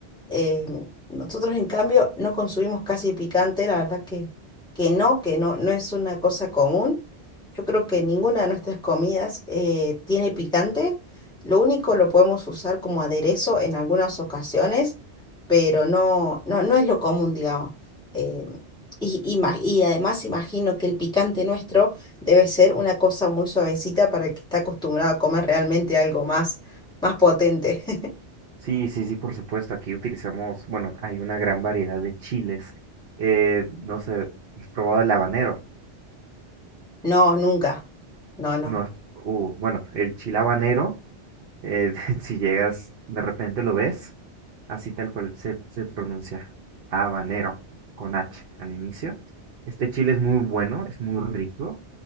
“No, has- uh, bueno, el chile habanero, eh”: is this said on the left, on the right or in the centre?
Right